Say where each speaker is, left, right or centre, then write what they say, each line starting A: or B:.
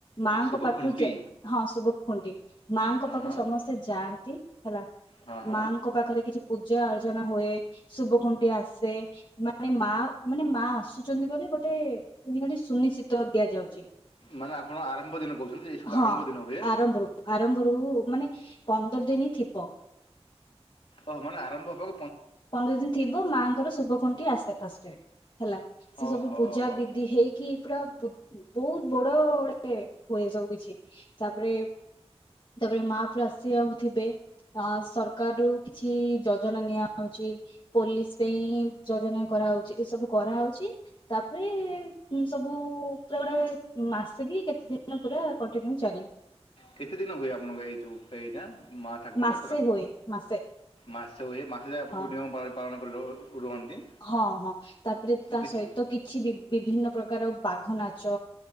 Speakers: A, on the left (about 45°); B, on the left (about 60°).
A: ମାଙ୍କ
B: ଶୁଭ
A: ପାଖକୁ
B: ଖୁଣ୍ଟି
A: ଯ ହଁ ଶୁଭ ଖୁଣ୍ଟି ମାଙ୍କ
B: ହଁ
A: ପାଖକୁ
B: ହଁ ମାଆଙ୍କ
A: ସମସ୍ତେ ଯାଆନ୍ତି ହେଲା,
B: ହଁ ହଁ
A: ମାଙ୍କ ପାଖରେ କିଛି ପୂଜା ଆ ଯଜ ହୁଏ, ଶୁଭ କୁଣ୍ଟି ଆସେ, ମାନେ ମା ମାନେ ମା ଆସୁ ବୋଲି ଗୋଟେ, ଏମିତି ଗେ ସୁନିଶ୍ଚିତ ଦିଆଯାଉଛି
B: ମାନେ, ଆପଣ ଆରମ୍ଭ ଦିନ କହୁଛନ୍ତି ଏଇ ସବୁ
A: ହଁ,
B: ଆରମ୍ଭ ଦିନ ହୁଏ
A: ଆରମ୍ଭରୁ, ଆରମ୍ଭରୁ ମାନେ ପନ୍ଦର ଦିନ ଥିବ
B: ଓ ମାନେ ଆରମ୍ଭ ହବା
A: ପନ୍ଦର ଦିନ ଥିବ, ମାଆଙ୍କର ଶୁଭ କୁଣ୍ଠ ଆସେ ଫାଷ୍ଟ ହେଲା, ସେ
B: ଓହୋ
A: ସବୁ ପୂଜା
B: ହୋ
A: ବିଧି ହେଇକି ପୁରା ବହୁତ ବଡ ଗଟେ ହୁଏ, ସବୁ କିଛି, ତାପରେ ତାପରେ ମା ପ ଆସ ଆ ଥିବେ, ଅ ସରକାର ରରୁ କିଛି ଯୋଜନା ନିଆ ହଉଛି, ପୋଲିସ ପାଇଁ ଯୋଜନା କରାହଉଛି, ଏ ସବୁ କରାହଉଛି ତାପରେ ସବୁ ପା ବଡେ ମାସିକି କେତେ ଦିନ ପୁରା କଣ୍ ଚାଲେ
B: କେତେ ଦିନ ହୁଏ ଆପଣଙ୍କ, ଏଇ ଯୋଉ ଏଇଟା ମା ଠାକୁର
A: ମାସେ
B: ଯାତ୍ରା।
A: ହୁଏ ମାସେ
B: ମାସେ ହୁଏ, ମାସେ ଯାଏ ଆପଣ
A: ହଁ
B: ସବୁ ନିୟମ ପାଳନ କରି ରୁହନ୍ତି।
A: ହଁ, ହଁ ତାପରେ ତା
B: କିଛି
A: ସହିତ କିଛି ବି ବିଭିନ୍ନ ପ୍ରକାର ବାଘ ନାଚ